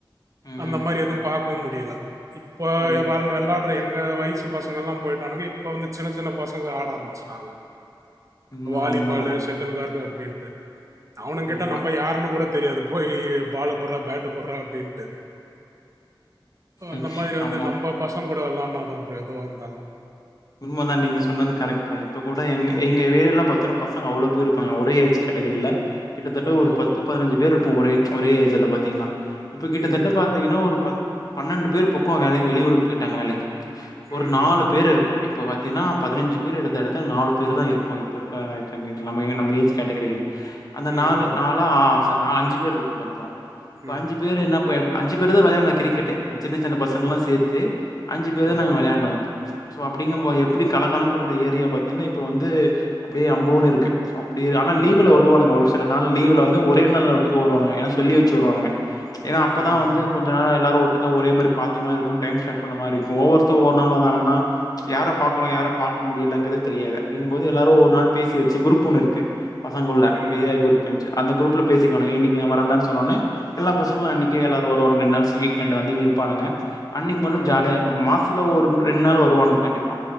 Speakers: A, on the left; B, on the right.
A: ம்
B: அந்த மாரி எதுவு பாக் கவு முடியில இப்போ
A: உண்மதா
B: வ விளாடுற எங் அஹ் வயசு பசங்க எல்லா போயிட்டானுங்க இப்ப வந்து சின்ன சின்ன பசங்க ஆட ஆரம்பிச்சுட்டாங்க
A: உண்ம
B: வாலிபாலு
A: உண்மதா
B: செட்டல்கார்க் அப்டின்னு அ அவனு
A: ஆமா
B: ட நம்ப யாருனு கூட தெரியாது போய் பாலு குட்றா பேட்டு குட்றா அப்டின்ட்டு அந்த
A: ம்
B: மாதிரி வந்து
A: ஆமா
B: நம்ப பசங் கூட வெளானா தா ப்ரோ எதுவோ இருந்தாலு
A: உண்ம தா நீங்க சொன்னது கரெக்ட்தா இப்ப கூட எங்க
B: ம்.
A: எங்க ஏரியாலா பாத்தின்னா பச் சங்க அவ்வளோ பேர் இருப்பாங்க ஒரே ஏஜ் கேட்டகரியில கிட்டத்தட்ட
B: ஆமாமா.
A: ஒரு பத்து பதினஞ்சு பேர் இருப்போ ஒரே ஏ ஒரே ஏஜ்ல பாத்தீங்கன்னா இப்ப கிட்டத்தட்ட
B: ம்.
A: பாத்தீங்கன்னா ஒரு பத் பன்னெண்டு பேர் பக்கொ வேலைக்கு வெளியூருக்கு போயிட்டாங்க வேலைக்கு ஒரு
B: ம்.
A: நாலு பேர் இருக்கு இப்போ பாத்திங்ன்னா பதினஞ்சு பேர் எடுத்த எடத்த நாலு பேர் தா இருக்கு இப்ப இருக்க சண்ட இது இல்லாமே இங்க நம்ப ஏஜ் கேட்டகரில அந்த
B: ம்.
A: நாலு நாளா ஆ சார் நா அஞ்சு பேர் இருக்கு மொத்தோ இப்ப
B: ம். ம்.
A: அஞ்சு பேர் என்னப்ப எப் அஞ்சு பேர்தா வெளையாட்னோ கிரிக்கெட்டு அன் சின்ன சின்ன பசங்க
B: ம்.
A: எல்லா சேத்து அஞ்சு பேரு
B: ம்.
A: தா நாங்க வெளையாண்டோ இப்ப இங்கம்போ எப்டி
B: ம்.
A: கலகலனு இருந் ஏரியா பாத்தீங்கன்னா இப்ப வந்து அப்டியே அம்போன்னு இருக்கு சோ அப்டி ஆனா
B: ம்.
A: லீவ்ல வருவானுங்க
B: ம்.
A: ஒரு சில நாள் லீவ்ல வந்து ஒரே நாள வீட்டுக்கு வருவானுங்க ஏன்னா சொல்லி வச்சு வருவானுங்க ஏன்னா அப்பதா
B: ம்.
A: வந்து கொஞ்ச நேர எல்லாரு ஒட் ட்டுக்க ஒரே மாரி பாத்த இருக்கும் டைம் ஸ்பெண்ட் பண்ண மாரிக்கு ஒவ்வொருத்தங்க ஒவ்வொரு நாள் வந்தானுங்கன்னா யார பாக்கணு யார பாக்க முடியலங்கறது தெரியாது அப்டிங்க போது எல்லாரு ஒவ்வொரு நாள் பேசி வச்சு குரூப் ஒண்ணு இருக்கு பசங்கள்ள
B: ம்.
A: ஏரியா குரூப் இருந்ச்சு அந்த குரூப்ல பேசி கனு இன்னிக்கு நா வரண்டான்னு சொன்ன ஒடன்னே எல்லா பசங்களு அன்னைக்கே எல்லாரு வருவானுங்க ரெண்டு நாள்ஸ் வீக் எண்டு வந்து இங்க இருப்பானுங்க அன்னைக்கு மட்டு
B: ம்.
A: ஜாலியா இருக்கு மாசத்துல ஒரு ரெண்டு நாள் வருவானுங் கண்டிப்பா